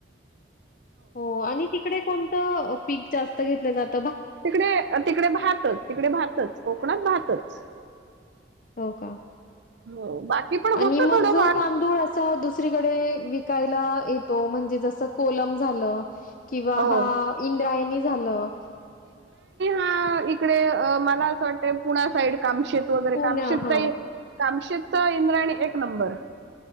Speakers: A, on the left; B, on the right.
A: हो, आणि तिकडे कोणतं पीक जास्त घेतले जात?
B: तिकडे तिकडे भातच तिकडे भातच कोकणात भातच.
A: हो, का?
B: हो बाकी पण
A: आणि
B: होतं
A: मग
B: थोडंफार
A: जो तांदूळ अस दुसरीकडे विकायला येतो, म्हणजे जस कोलम झालं किंवा
B: हो
A: हा इंद्रायणी झालं.
B: अ इकडे मला असं वाटतय पुण्या साईड काम शेत वगैरे
A: पुण्या
B: काम शीकत
A: हां.
B: ये काम शीक फत इंद्राणी एक नंबर,